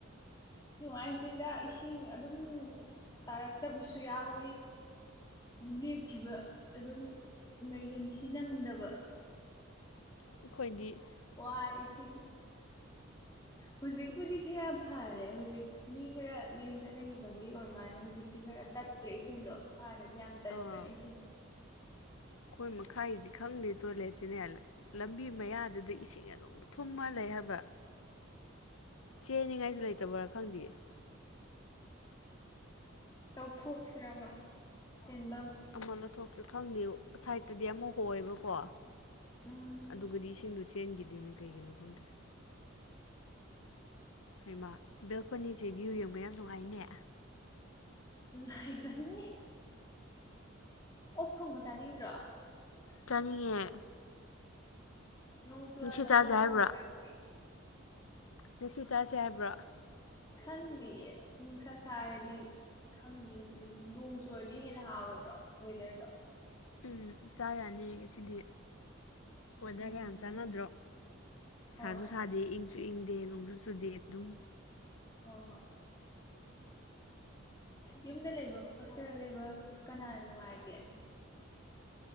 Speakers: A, on the left (about 20°); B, on the left (about 80°).
A: ꯅꯨꯡꯉꯥꯏꯇꯦꯗ ꯏꯁꯤꯡ ꯑꯗꯨꯝ ꯇꯥꯔꯛꯇꯕꯁꯨ ꯌꯥꯎꯋꯤ ꯂꯦꯞꯈꯤꯕ ꯑꯗꯨꯝ ꯏꯃꯥ꯭ꯔꯖꯦꯟꯁꯤ ꯅꯪꯗꯕ
B: ꯑꯩꯈꯣꯏꯗꯤ
A: ꯋꯥꯏ ꯏꯁꯤꯡ ꯍꯧꯖꯤꯛꯄꯨꯗꯤ ꯈꯔ ꯐꯔꯦ ꯍꯧꯖꯤꯛ ꯃꯤ ꯈꯔ ꯃꯌꯨꯝ ꯆꯠꯅꯈꯤꯕꯒꯤ ꯑꯣꯏ ꯃꯥꯜꯂꯦ ꯍꯧꯖꯤꯛꯇꯤ ꯈꯔ ꯇꯠ ꯇꯠꯇ꯭ꯔꯦ ꯏꯁꯤꯡꯗꯣ ꯍꯥꯟꯅꯗꯤ ꯌꯥꯝ ꯇꯠꯄꯅꯦ
B: ꯑꯥ
A: ꯏꯁꯤꯡ
B: ꯑꯩꯈꯣꯏ ꯃꯈꯥꯏꯗꯤ ꯈꯪꯗꯦ ꯇꯣꯏꯂꯦꯠꯁꯤꯅꯦ ꯂꯝꯕꯤ ꯃꯌꯥꯗꯨꯗꯤ ꯏꯁꯤꯡ ꯑꯗꯨꯝ ꯊꯨꯝꯃ ꯂꯩ ꯍꯥꯏꯕ ꯆꯦꯟꯅꯤꯉꯥꯏꯁꯨ ꯂꯩꯇꯕꯣꯔꯥ ꯈꯪꯗꯦ
A: ꯇꯧꯊꯣꯛꯁꯤꯔ ꯑꯃ ꯆ‌ꯦꯟꯐꯝ
B: ꯑꯃ ꯂꯧꯊꯣꯛꯁꯤꯔ ꯈꯪꯗꯦ ꯁꯥꯏꯠꯇꯗꯤ ꯑꯃ ꯍ‌ꯣꯏꯑꯦꯕꯀꯣ
A: ꯎꯝ
B: ꯑꯗꯨꯒꯗꯤ ꯏꯁꯤꯡꯗꯨ ꯆꯦꯟꯒꯤꯗꯤ ꯃ‌ꯦ ꯀꯩꯒꯤꯅꯣ ꯈꯪꯗꯦ ꯍꯩꯃ ꯕꯦꯜꯀꯣꯅꯤꯁꯦ ꯚ꯭ꯌꯨ ꯌꯦꯡꯕ ꯌꯥꯝ ꯅꯨꯡꯉꯥꯏꯅꯦ
A: ꯅꯨꯡꯉꯥꯏꯕꯅꯤ ꯑꯣꯛ ꯊꯣꯡꯕ ꯆꯥꯅꯤꯡꯗ꯭ꯔꯣ
B: ꯆꯅꯤꯡꯉꯦ
A: ꯅꯣꯡ ꯆꯨ
B: ꯉꯁꯤ
A: ꯍꯜꯂꯣ
B: ꯆꯥꯁꯦ
A: ꯑꯣꯛ
B: ꯍꯥꯏꯕ꯭ꯔꯣ
A: ꯊ‌ꯣꯡꯕ ꯆꯥꯁ‌ꯦ
B: ꯉꯁꯤ ꯆꯥꯁꯦ ꯍꯥꯏꯕ꯭ꯔꯣ
A: ꯈꯪꯗꯤꯌꯦ ꯅꯨꯡꯁꯥ ꯁꯥꯔꯗꯤ ꯈꯪꯗꯦ ꯅꯣꯡ ꯆꯨꯔꯗꯤ ꯍꯦꯟꯅ ꯍꯥꯎꯔꯣꯏꯗ꯭ꯔꯣ ꯋꯦꯗꯔꯗꯣ
B: ꯎꯝ ꯆꯥ ꯌꯥꯅꯤ ꯉꯁꯤꯗꯤ ꯋ‌ꯦꯗ꯭ꯔ
A: ꯎꯝ
B: ꯒꯌꯥꯝ ꯆꯥꯟꯅꯗ꯭ꯔꯣ
A: ꯍꯣꯏ
B: ꯁꯥꯁꯨ ꯁꯥꯗꯦ ꯏꯪꯁꯨ ꯏꯪꯗꯦ ꯅꯣꯡꯁꯨ ꯆꯨꯗꯦ ꯑꯗꯨꯝ
A: ꯍꯣ ꯍꯣꯏ ꯌꯨꯝꯗ ꯂꯩꯕ ꯍꯣꯁꯇꯦꯜ ꯂꯩꯕ ꯀꯅꯥꯅ ꯅꯨꯡꯉꯥꯏꯒꯦ